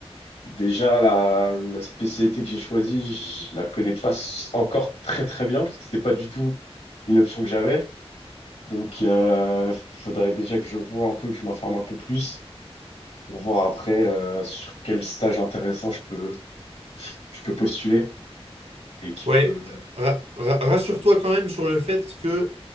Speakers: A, on the left (about 90°); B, on the right (about 75°).
A: Déjà, la, la spécialité que j'ai choisie, je la connais pas s- encore très très bien, parce que c'était pas du tout une option que j'avais. Donc, euh, faudrait déjà que je vois un peu, que je m'informe un peu plus, pour voir après euh, sur quel stage intéressant je peux, je peux postuler et qui
B: Ouais,
A: peut.
B: euh, ra- ra- rassure-toi quand même sur le fait que